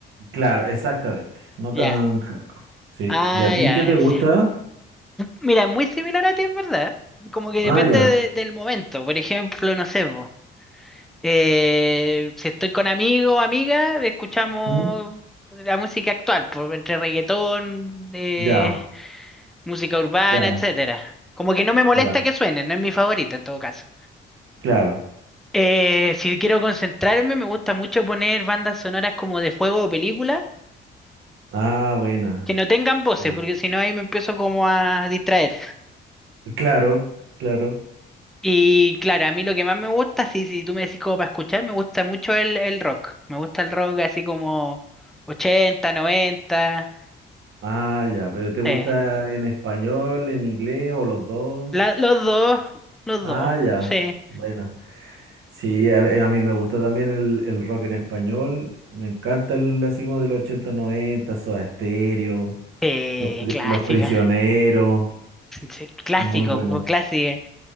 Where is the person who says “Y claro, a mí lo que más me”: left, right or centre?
Centre